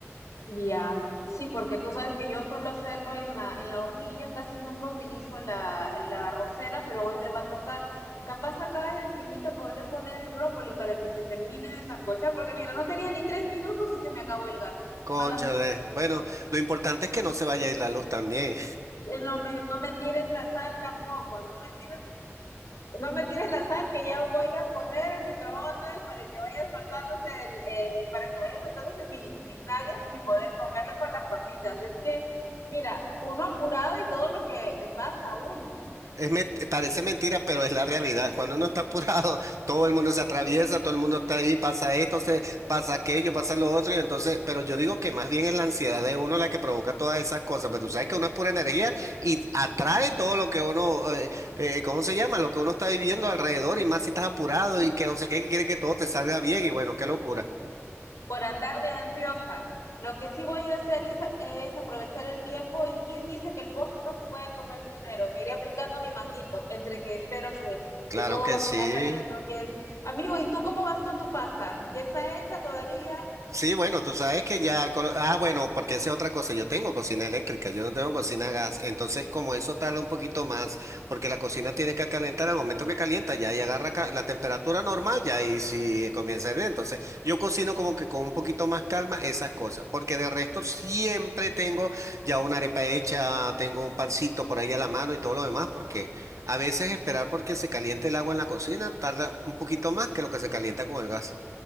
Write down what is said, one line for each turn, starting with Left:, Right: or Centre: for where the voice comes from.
Left: Ya, sí, porque tú sabes que yo suelo hacerlo en la, en la hornilla, casi nunca utilizo la, la arrocera, pero hoy me va a tocar. Capaz acá encimita podré poner el brócoli para que se termine de sancochar, porque mira, no tenía ni tres minutos y se me acabó el gas.
Right: Cónchale,
Left: Mala suerte.
Right: bueno, lo importante es que no se vaya a ir la luz también.
Left: eh, no me, no me tires la sal tampoco, no me tires, no me tires la sal que ya voy a poner el microondas para que vaya soltándose el, eh, para que vaya soltándose mi, mis nuggets y poder comerlo con las papitas. Es que, mira, uno apurado y todo lo que le pasa a uno.
Right: Es men- parece mentira, pero es la realidad. Cuando uno está apurado, <laughs> todo el mundo se atraviesa, todo el mundo está ahí, pasa esto, se, pasa aquello, pasa lo otro, y entonces, pero yo digo que más bien es la ansiedad de uno la que provoca todas esas cosas, pues tú sabes que uno es pura energía y atrae todo lo que uno, eh, eh, ¿cómo se llama? Lo que uno está viviendo alrededor y más si estás apurado y que no sé qué, que quiere que todo te salga bien y bueno, qué locura.
Left: por andar de ansiosa. Lo que sí voy a hacer es, es aprovechar el tiempo y quién dice que el postre no se puede comer primero. Me iré aplicando mi manguito, entre que espero que,
Right: Claro
Left: que todo
Right: que
Left: vaya
Right: sí.
Left: saliendo bien. Amigo, ¿y tú cómo vas con tu pasta? ¿Ya está hecha todavía?
Right: Sí, bueno, tú sabes que ya el colo- Ah, bueno, porque esa es otra cosa. Yo tengo cocina eléctrica, yo no tengo cocina a gas. Entonces, como eso tarda un poquito más, porque la cocina tiene que calentar, al momento que calienta ya ahí agarra ca- la temperatura normal, ya ahí sí comienza a hervir. Entonces, yo cocino como que con un poquito más calma esas cosas, porque de resto siempre tengo ya una arepa hecha, tengo un pancito por ahí a la mano y todo lo demás, porque a veces esperar porque se caliente el agua en la cocina tarda un poquito más que lo que se calienta con el gas.